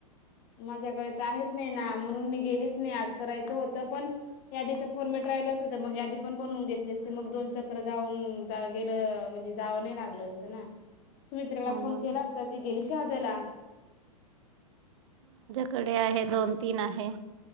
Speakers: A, on the left (about 40°); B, on the right (about 50°).
A: माझ्याकडे तर आहेच नाही ना म्हणून मी गेलीच नाही आज करायचं होतं पण याच फोर मटर मग याी पण बनवून घेतली असते मग दोन चक्र जाऊन गेलं म्हणजे जावं नाही लागलं चना सुमित्राला
B: हम्म.
A: फोन केला तर ती गेली शहादल
B: कडे आहे दोन तीन आहे